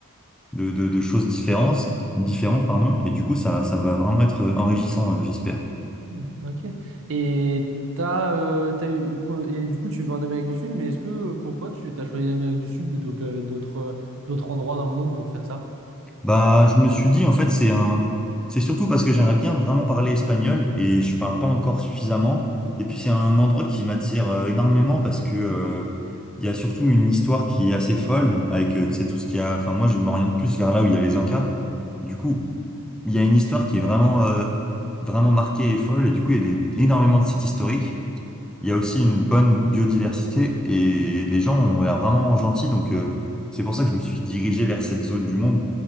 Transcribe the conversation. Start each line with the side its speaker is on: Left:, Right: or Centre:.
Centre: de, de, de choses différentes, différentes, pardon, et du coup, ça, ça va vraiment être euh, enrichissant, euh, j'espère.
Right: Mhm, Ok. Et t'as, euh, t'as eu- po- et du coup, tu vas en Amérique du Sud, mais est-ce que pourquoi tu t'as choisi l'Amérique du Sud plutôt que d'autres d'autres endroits dans le monde pour faire ça?
Centre: Bah, je me suis dit, en fait, c'est un, c'est surtout parce que j'aimerais bien vraiment parler espagnol et je parle pas encore suffisamment. Et puis, c'est un endroit qui m'attire euh, énormément parce que, euh, il y a surtout une histoire qui est assez folle avec, euh, tu sais, tout ce qu'il y a. Enfin, moi, je m'oriente plus vers là où il y a les Incas. Du coup, il y a une histoire qui est vraiment, euh, vraiment marquée et folle. Et du coup, il y a des- énormément de sites historiques. Il y a aussi une bonne biodiversité et les gens ont l'air vraiment gentils, donc euh, c'est pour ça que je me suis dirigé vers cette zone du monde